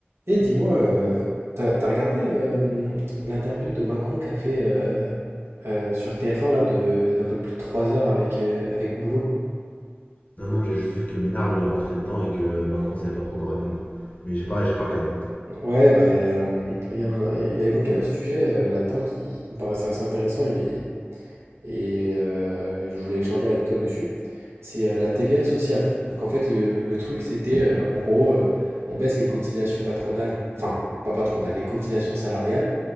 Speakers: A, on the right; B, on the left.
A: Et dis-moi, euh, t'as, t'as regardé euh, l'interview de Macron qu'a fait euh, euh, sur TF1 là de d'un peu plus de 3 heures avec, euh, avec Boulot?
B: Non, non, j'ai juste vu que Ménard lui est rentré dedans et que euh, Macron savait pas trop quoi répondre. Mais j'ai pas, j'ai pas regardé.
A: Ouais, bah, euh, il y a un- il a évoqué un sujet euh, là-dedans qui, qui me paraissait assez intéressant. Il, et euh, je voulais échanger avec toi dessus, c'est euh, la TVA sociale. Donc en fait, le, le truc, c'était euh, en gros, euh, on baisse les cotisations patronales, enfin, pas patronales, les cotisations salariales